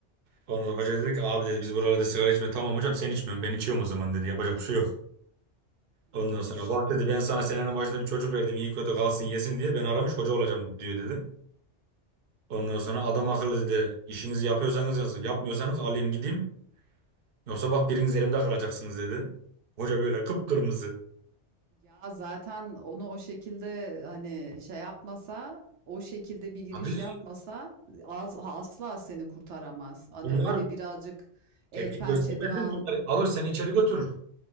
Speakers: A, on the right; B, on the right.
A: Ondan sonra hoca dedi ki abi dedi biz buralarda sigara içmiyoruz. Tamam hocam sen içmiyorsun ben içiyorum o zaman dedi. Yapacak bir şey yok.
B: İyi
A: Ondan
B: yapmış.
A: sonra bak dedi ben sana senenin başında bir çocuk verdim iyi kötü kalsın yesin diye ben aramış hoca olacağım diyor dedi. Ondan sonra adam akıllı dedi işinizi yapıyorsanız yazın yapmıyorsanız alayım gideyim. Yoksa bak biriniz elimde kalacaksınız dedi. Hoca böyle kıpkırmızı.
B: Ya zaten onu o şekilde hani şey yapmasa, o şekilde bir giriş
A: Abi
B: yapmasa az, asla seni kurtaramaz. Hani
A: bunlar
B: öyle birazcık
A: tepki
B: el pençe
A: göstermesin.
B: divan
A: Bunlar alır seni içeri götürür.